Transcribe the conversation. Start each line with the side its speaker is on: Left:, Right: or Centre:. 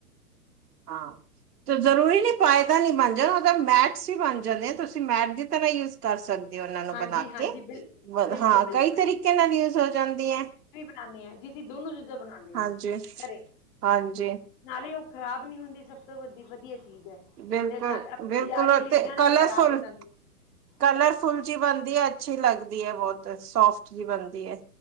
Right: ਹਾਂ ਜਰੂਰੀ ਨੀ ਪਾਏਦਾਨ ਈ ਬਣ ਜਾ ਓਦਾ ਮੈਟਸ ਵੀ ਬਣ ਜਾਂਦੇ ਆ ਤੁਸੀਂ ਮੈਟ ਦੀ ਤਰਾ ਯੂਸ ਕਰ ਸਾ ਦੇ ਓਨਾਂ ਨੂੰ
Left: ਹਾਂਜੀ
Right: ਬਣਾ
Left: ਹਾਂਜੀ
Right: ਕੇ
Left: ਬਿਲ
Right: ਵ
Left: ਬਿਲਕੁਲ
Right: ਹਾਂ
Left: ਬਿਲਕੁਲ
Right: ਕਈ ਤਰੀਕੇ ਨਾਲ ਯੂਸ ਹੋ ਜਾਂਦੀ ਐ।
Left: ਬਣਾਦੇ ਆਂ ਜੀ ਅਸੀਂ ਦੋਨੋ ਚੀਜ਼ਾਂ ਬਣਾਦੇ
Right: ਹਾਂਜੀ
Left: ਆਂ, ਘਰੇ।
Right: ਹਾਂਜੀ।
Left: ਨਾਲੇ ਓ ਖ਼ਰਾਬ ਨੀ ਹੁੰਦੀ ਸਭ ਤੋਂ ਵਧ ਵਦੀਆ ਚੀਜ਼ ਐ,
Right: ਬਿਲਕੁਲ
Left: ਤੇ ਨਾ ਆਪਾਂ
Right: ਬਿਲਕੁਲ
Left: ਬਾਜ਼ਾਰੀ ਲੇ
Right: ਤੇ
Left: ਆਣੇ
Right: ਕਲਰਫੁਲ
Left: ਆ ਖ਼ਰਾਬ ਹੋ ਜਾਂਦੇ ਆ
Right: ਕਲਰਫੁਲ ਚਾ ਈ ਬਣਦੀ ਐ ਅੱਛੀ ਲੱਗਦੀ ਐ ਬੌਤ ਸੋਫਟ ਜੀ ਬਣਦੀ ਐ।